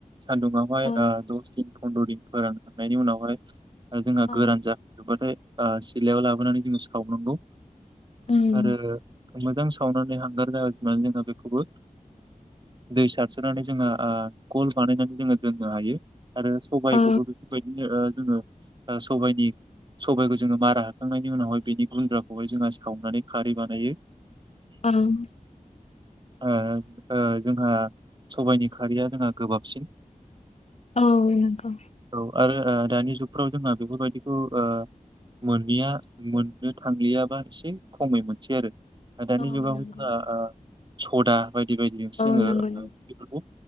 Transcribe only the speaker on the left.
औ
औ
उम
औ
ओं।
औ नंगौ।
औ
नंगौ
औ
नंगौ